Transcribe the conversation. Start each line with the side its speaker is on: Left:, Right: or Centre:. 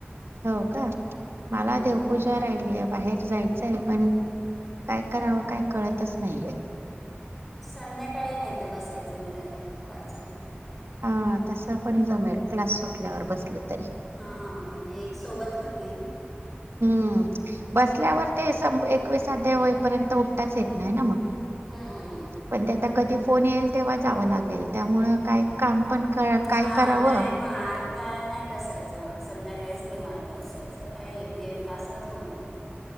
Right: हो का मला
Centre: हम्म.
Right: देवपूजा राहिलीय बाहेर जायचं आहे पण काय करावं काय कळतच नाहीेये.
Centre: संध्याकाळी नाहीत बसायचं मग डायरेक्ट वाचायला
Right: हा तस पण जमेल क्लास सुटल्यावर बसल तरी
Centre: हां म्हणजे एक सोबत होतील ना
Right: हूं बसल्यावर ते सं एकवीस अध्याय होईपर्यंत उठताच येत नाही ना म
Centre: हम्म
Right: पण ते आता कधी फोन येईल तेव्हा जावं लागेल. त्यामुळ काय काम पण क काय
Centre: हा
Right: करावं
Centre: नाही मग आता नाही बसायचं मग संध्याकाळीच निवांत बसायचं काय एक दीड तासात होऊन जातय